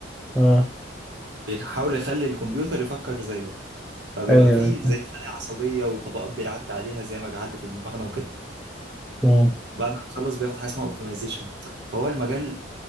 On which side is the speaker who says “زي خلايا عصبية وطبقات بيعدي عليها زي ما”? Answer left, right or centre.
Right